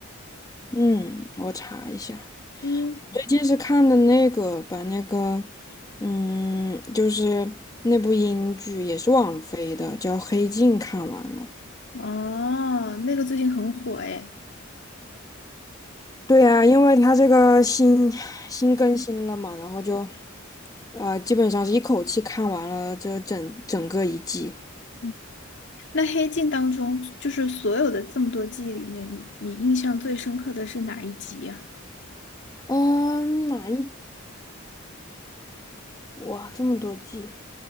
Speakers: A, on the left (about 20°); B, on the left (about 60°).
A: 嗯，我查一下，
B: 嗯，
A: 最近是看的那个，把那个，嗯，就是那部英剧也是网飞的，叫《黑镜》，看完了。
B: 哦，那个最近很火诶。
A: 对呀，因为它这个新新更新了嘛，然后就。啊、基本上是一口气看完了这整整个一季。
B: 嗯那《黑镜》当中，就是所有的这么多记忆里面，你你印象最深刻的是哪一集呀、
A: 嗯，哪一？哇，这么多季。